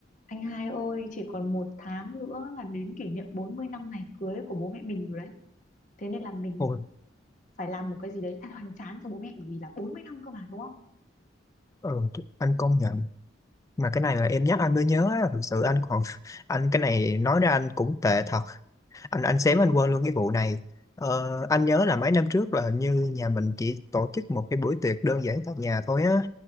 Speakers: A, on the left; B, on the left.
A: Anh hai ơi, chỉ còn một tháng nữa là đến kỷ niệm 40 năm ngày cưới của bố mẹ mình rồi đấy. Thế nên là mình
B: Ôi,
A: phải làm một cái gì đấy thật hoành tráng cho bố mẹ bởi vì là 40 năm cơ mà đúng không?
B: ờ, anh công nhận mà cái này là em nhắc anh mới nhớ á, thực sự anh còn <laughs> anh cái này nói ra anh cũng tệ thật anh anh xém anh quên luôn cái vụ này ờ, anh nhớ là mấy năm trước là hình như nhà mình chỉ tổ chức một cái buổi tiệc đơn giản tại nhà thôi á